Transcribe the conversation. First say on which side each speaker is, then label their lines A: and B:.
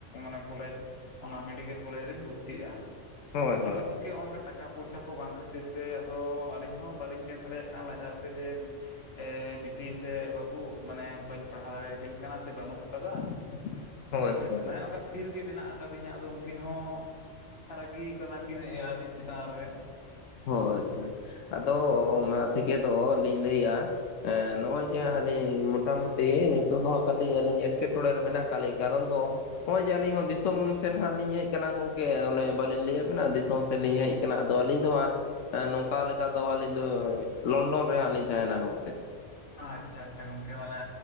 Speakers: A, on the left; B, on the left.
A: ᱢᱟᱱᱮ ᱠᱚᱞᱮᱡᱽ ᱚᱱᱟ ᱢᱮᱰᱤᱠᱮᱞ ᱠᱚᱞᱮᱡᱽ ᱨᱤᱧ ᱵᱷᱩᱨᱛᱤᱜᱼᱟ ᱾
B: ᱦᱳᱭ ᱦᱳᱭ
A: ᱟᱫᱚ ᱜᱚᱝᱠᱮ ᱱᱚᱸᱝᱠᱟ ᱴᱟᱠᱟ ᱯᱚᱭᱥᱟ ᱠᱚ ᱵᱟᱝ ᱠᱷᱟᱹᱛᱤᱨ ᱛᱮ ᱟᱫᱚ ᱟᱹᱞᱤᱧ ᱦᱚᱸ ᱵᱟᱹᱞᱤᱧ ᱢᱮᱱᱼᱼ ᱨᱮᱜ ᱟᱭ ᱞᱟᱡᱟᱣᱛᱮ ᱡᱮᱼᱼ ᱮ ᱵᱤᱴᱤ ᱥᱮ ᱵᱟᱹᱵᱩ ᱢᱟᱱᱮ ᱵᱟᱹᱧ ᱯᱟᱲᱦᱟᱣ ᱫᱟᱲᱮᱭᱟᱵᱤᱱ ᱠᱟᱱᱟ ᱥᱮ ᱵᱟᱹᱱᱩᱜ ᱟᱠᱟᱫᱟ ᱾
B: <inaudible>
A: ᱦᱚᱭ
B: ᱦᱳᱭ
A: ᱥᱮ ᱦᱮᱸ <unintelligible> ᱛᱷᱤᱨ ᱜᱮ ᱢᱮᱱᱟᱜ ᱟᱠᱟᱫᱤᱧᱟ ᱟᱫᱚ ᱩᱱᱠᱤᱱ ᱦᱚᱸ ᱯᱷᱟᱨᱟᱹᱜᱤ ᱠᱟᱱᱟ ᱠᱤᱱ <unintelligible> ᱟᱹᱞᱤᱧ ᱪᱮᱛᱟᱱ ᱨᱮ ᱾
B: ᱦᱳᱭ ᱦᱳᱭ, ᱟᱫᱚ ᱚᱱᱟ ᱛᱮᱜᱮ ᱫᱚ ᱞᱤᱧ ᱞᱟᱹᱭᱟᱼᱼ ᱮᱸ ᱱᱚᱜᱼᱚᱭ
A: ᱦᱚᱸ
B: ᱡᱮ ᱟᱹᱞᱤᱧ ᱢᱚᱴᱟ ᱢᱩᱴᱤ ᱱᱤᱛᱚᱜ ᱫᱚ ᱦᱟᱸᱜ ᱠᱟᱹᱴᱤᱡ ᱟᱹᱞᱤᱧ ᱮᱴᱠᱮᱴᱼᱼ ᱴᱚᱬᱮ ᱨᱮ ᱢᱮᱱᱟᱜ ᱟᱠᱟᱫ ᱞᱮᱭ ᱠᱟᱨᱚᱱ ᱫᱚᱼᱼ ᱱᱚᱜᱼᱚᱭ ᱡᱮ ᱟᱹᱞᱤᱧ ᱦᱚᱸ ᱫᱤᱥᱚᱢ ᱥᱮᱱ ᱦᱟᱸᱜ ᱞᱤᱧ ᱦᱮᱡ ᱟᱠᱟᱱᱟ ᱜᱚᱝᱠᱮ, ᱚᱱᱮ ᱵᱟᱹᱞᱤᱧ ᱞᱟᱹᱭᱟ ᱵᱤᱱᱟ ᱫᱤᱥᱚᱢᱼᱼ ᱥᱮ ᱞᱤᱧ ᱦᱮᱡ ᱟᱠᱟᱱᱟ ᱟᱫᱚ ᱟᱹᱞᱤᱧ ᱫᱚ ᱦᱟᱸᱜᱼᱼ ᱱᱚᱝᱠᱟ ᱞᱮᱠᱟ ᱫᱚ ᱟᱹᱞᱤᱧ ᱫᱚ ᱞᱚᱱᱰᱚᱱ ᱨᱮ ᱦᱟᱸᱜ ᱞᱤᱧ ᱛᱟᱸᱦᱮᱱᱟ ᱜᱚᱝᱠᱮ ᱾
A: ᱟᱪᱪᱷᱟ ᱟᱪᱪᱷᱟ ᱜᱚᱝᱠᱮ, ᱢᱟᱱᱮ